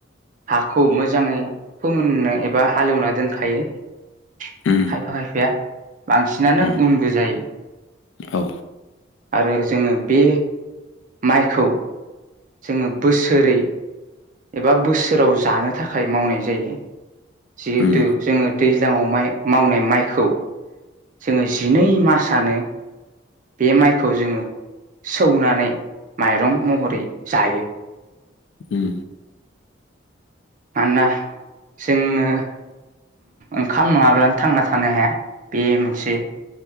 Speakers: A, on the right; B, on the left.
A: हाखौ मोजाङै फोमोननो एबा हालेवना दोनखायो खायफाया
B: उम
A: बांसिनानो
B: उम
A: उनबो जायो
B: औ
A: आरो जोङो बे माइखौ जोङो बोसोरै एबा बोसोराव जानो थाखाय मावनाय जायो जिहेथु
B: उम
A: जोङो दैज्लाङाव माइ मावनाय माइखौ जोङो जिनै मासनो बे माइखौ जोङो सौनानै माइरं महरै जायो
B: उम
A: मानोना जोङो ओंखाम नङाब्लानो थांना थानो हाया बे मोनसे